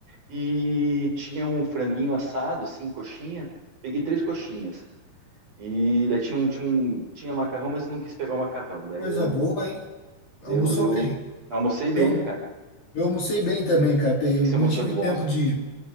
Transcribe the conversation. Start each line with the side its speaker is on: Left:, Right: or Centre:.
Right: e tinha um franguinho assado, assim, coxinha, peguei três coxinhas. E daí tinha um, tinha um, tinha macarrão, mas eu não quis pegar o macarrão. Daí
Left: Coisa
Right: eu
Left: boa, hein?
Right: Deu,
Left: Almoçou
Right: deu.
Left: bem.
Right: Almocei bem,
Left: Eu,
Right: cara. O
Left: eu almocei bem também, cara. Pe-
Right: que
Left: Eu
Right: que
Left: não
Right: você almoçou
Left: tive
Right: de bons?
Left: tempo de